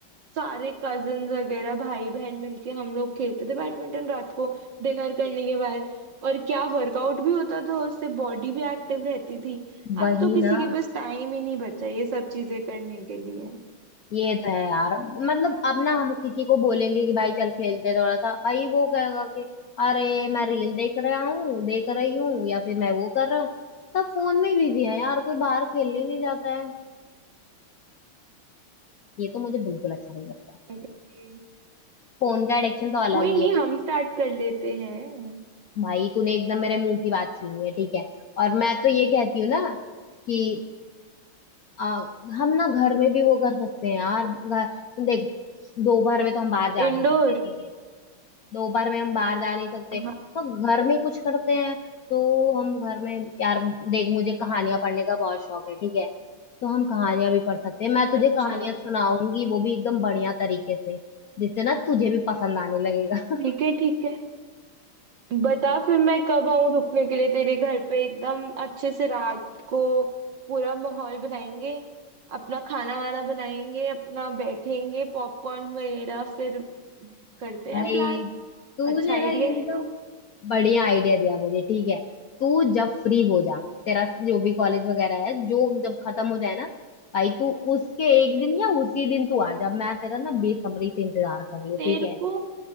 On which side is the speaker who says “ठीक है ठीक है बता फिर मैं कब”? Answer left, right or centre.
Right